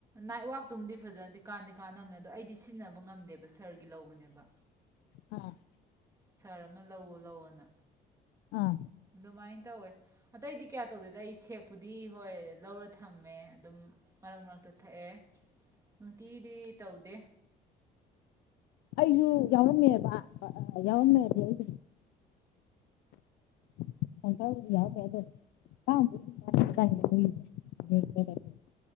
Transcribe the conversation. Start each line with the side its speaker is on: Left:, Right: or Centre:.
Right: ꯅꯥꯏꯋꯥꯛꯇꯨꯝꯗꯤ ꯐꯖꯅ ꯀꯥꯟꯗꯤ ꯀꯥꯟꯅꯕꯅꯦ ꯑꯗꯣ ꯑꯩꯗꯤ ꯁꯤꯖꯤꯟꯅꯕ ꯉꯝꯗꯦꯕ ꯁꯥꯔꯒꯤ ꯂꯧꯕꯅꯦꯕ
Left: ꯑꯝ
Right: ꯁꯥꯔ ꯑꯃ ꯂꯧꯑꯣ ꯂꯧꯑꯣꯅ
Left: ꯑꯥ
Right: ꯑꯗꯨꯃꯥꯏꯅ ꯇꯧꯋꯦ ꯑꯇꯩꯗꯤ ꯀꯌꯥ ꯇꯧꯗꯦꯗ ꯑꯩ ꯁꯦꯛꯄꯨꯗꯤ ꯍꯣꯏ ꯂꯧꯔ ꯊꯝꯃꯦ ꯑꯗꯨꯝ ꯃꯔꯛ ꯃꯔꯛꯇ ꯊꯛꯑꯦ ꯅꯨꯡꯇꯤꯒꯤꯗꯤ ꯇꯧꯗꯦ
Left: ꯑꯩꯁꯨ ꯌꯥꯎꯔꯝꯃꯦꯕ ꯑ ꯌꯥꯎꯔꯝꯃꯦꯗꯤ ꯑꯩ <unintelligible>